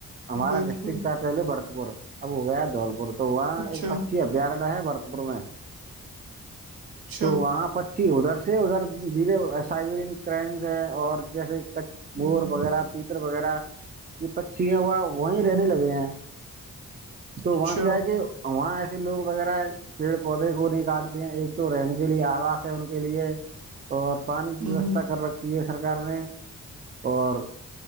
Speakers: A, on the right; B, on the right.
A: ہمارا
B: بالکل
A: ڈسٹرک تھا <inaudible> پہلے برت پور اب ہو گیا دھول پور تو وہاں
B: اچھا
A: ایک <inaudible> گیارڈا ہے برتپور میں
B: اچھا
A: تو وہاں پر <inaudible> ا جی ادھر سے ادھر دھیرے سائبرین کرنس ہے اور جیسے
B: ہ
A: مور
B: ہ
A: وغیرہ تیتر وغیرہ یہ پچی ہیں ہوا وہی رہنے
B: ہ
A: لگے ہیں تو
B: اچھا
A: وہاں کیا ہے کہ وہاں ایسے لوگ وغیرہ پیڑ پودے کو نہیں کاٹتے ہیں ایک تو رہنے کے لیے آوس ہے ان کے لیے اور پانی کی
B: اہم،
A: ویوستھا کر رکھی ہے سرکار نے اور